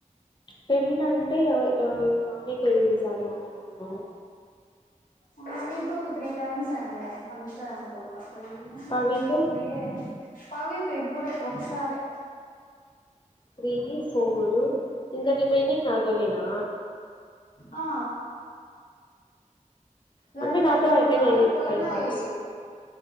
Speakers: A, on the left (about 35°); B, on the left (about 85°).
A: టెన్ నువ్వుంటే ఊ ఆమెతో ఎన్నిసార్లు మాట్లాడినావ్
B: ఆ నీతో ఒక త్రీ టైమ్స్ <inaudible> అంతే అనుకుంటా తీ నా
A: పవితో
B: ఫా త్రీ యే పవ్వితో ఇప్పుడే ఒకసారే
A: త్రీ ఫోర్ ఇంక రిమైనింగ్ నాతోనేనా
B: ఆ వాంట్లో
A: అంటే నాతో
B: రెండు
A: అయిపోయినాయి
B: మూడు కాల్ లు
A: నీకు
B: పోయినాయి
A: ఫైవ్ కాల్స్